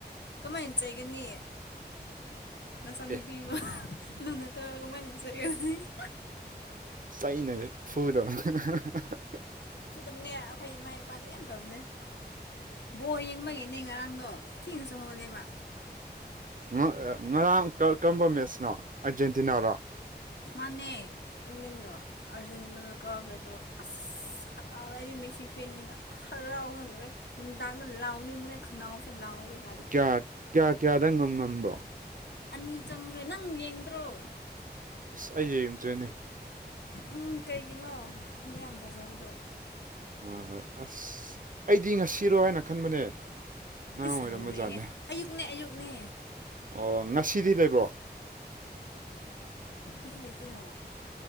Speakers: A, on the left (about 85°); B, on the right (about 50°).
A: ꯀꯝꯃꯥꯏꯟ ꯆꯩꯒꯅꯤ ꯃꯆꯥꯅꯨꯄꯤꯕꫭ
B: ꯑꯦ
A: <unintelligible> ꯂꯨꯅ ꯇꯧꯔꯒ ꯃꯥꯏ <unintelligible>
B: ꯆꯩꯩꯅꯒ ꯐꯨꯗ꯭ꯔꫭ <unintelligible>
A: ꯐꯨꯗꯝꯅꯦ ꯑꯈꯣꯏ ꯏꯃꯥ ꯏꯄꯥꯗꯤ ꯌꯥꯝ ꯐꯕꯅꯦ ꯕꯣꯜ ꯌꯦꯡꯕꯒꯤꯅꯦ ꯉꯔꯥꯡꯗꯣ ꯊꯦꯡꯅꯁꯨ ꯍꯧꯒꯠꯂꯦꯕ
B: ꯉ ꯉꯔꯥꯡ ꯀ ꯀꯝꯕ ꯃꯦꯠꯁꯅꯣ ꯑꯔꯖꯦꯟꯇꯤꯅꯥꯔꯣ
A: ꯃꯥꯅꯦ ꯏꯪꯂꯦꯟꯒ ꯑꯔꯖꯦꯟꯇꯤꯅꯥꯅ ꯀꯥꯈ꯭ꯔꯦ ꯑꯗꯣ ꯑꯁ ꯍꯔꯥꯎꯋꯦ ꯑꯩꯗꯤ ꯃꯦꯁꯤ ꯐꯦꯟꯅꯤꯅ ꯍꯔꯥꯎꯕꯅ ꯂꫭꯏꯔꯦ ꯅꯨꯡꯗꯥꯡꯗ ꯂꯥꯎꯅꯤꯡꯕꯅꯦ ꯈꯟꯅꯥꯎꯁꯦ ꯂꯥꯎꯕ <unintelligible>
B: ꯀ꯭ꯌꯥ ꯀ꯭ꯌꯥ ꯀ꯭ꯌꯥꯗ ꯉꯝ ꯉꯝꯕ꯭ꯔꯣ
A: ꯑꯅꯤ ꯆꯪꯒ꯭ꯔꯦ ꯅꯪ ꯌꯦꯡꯗ꯭ꯔꯣ
B: ꯑꯁ ꯑꯩ ꯌꯦꯡꯗ꯭ꯔꯦꯅꯦ
A: ꯎꯝ ꯀꯩꯒꯤꯅꯣ ꯑꯗꯨ ꯌꯥꯝ ꯐꯖꯕꯗꯣ
B: ꯍꯣꯏ ꯍꯣꯏ ꯑꯁ ꯑꯩꯗꯤ ꯉꯁꯤꯔꯣ ꯍꯥꯏꯅ ꯈꯟꯕꯅꯦ ꯉꯔꯥꯡ
A: ꯏꯁ
B: ꯑꯣꯏꯔꯝꯕ
A: ꯂꯣꯏꯔꯦꯍꯦ
B: ꯖꯥꯠꯅꯦ
A: ꯑꯌꯨꯛꯅꯦ ꯑꯌꯨꯛꯅꯦ
B: ꯑꯣ ꯉꯁꯤꯗꯤ ꯂꯩꯕ꯭ꯔꯣ
A: ꯉꯁꯤ ꯂꯩꯇꯦꯅꯣ